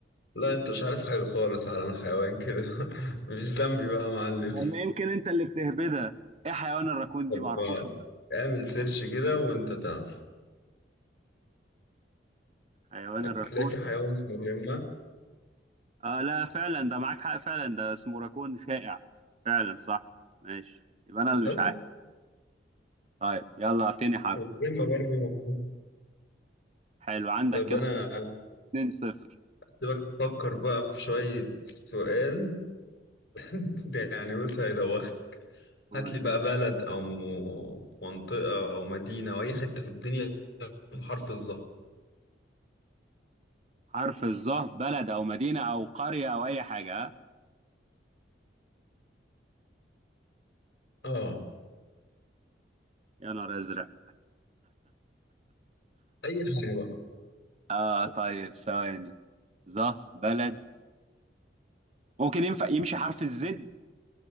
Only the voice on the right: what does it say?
طب ما يمكن انت اللي بتهبدها ايه حيوان الراكون
دي معرفوش
والله.
حيوان
الراكون
آه لا فعلا ده معاك حق فعلا ده اسمه راكون شائع فعلا صح ماشي يبقى انا اللي
مش عارف طيب يلا اعطيني حرف
حلو عندك
كده
2 0
قول
حرف الظهر بلد او مدينة او قرية او اي حاجة ها
يا نهار ازرق
اه طيب ثواني ظه بلد ممكن ينفع يمشي حرف الزد